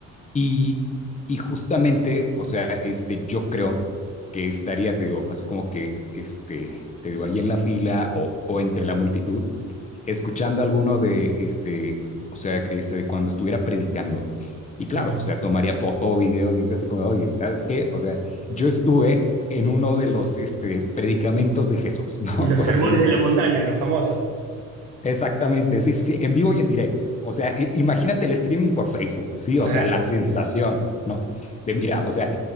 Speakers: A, on the left; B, on the right.
A: y, y justamente, o sea, este, yo creo que estaría, te digo, así como que, este, te digo, ahí en la fila o, o entre la multitud, escuchando alguno de, este, o sea, este, de cuando estuviera predicando. Y
B: Sí,
A: claro,
B: no.
A: o sea, tomaría foto o video y es así como, oye, ¿sabes qué? O sea, yo estuve en uno de los este, predicamentos de Jesús, ¿no?
B: Los
A: <laughs> Por
B: sermones
A: así decir.
B: de la montaña, los famosos.
A: Exactamente, sí, sí, sí, en vivo y en directo. O sea, i- imagínate el streaming por Facebook, sí,
B: Claro.
A: o sea, la sensación, ¿no? De mira, o sea,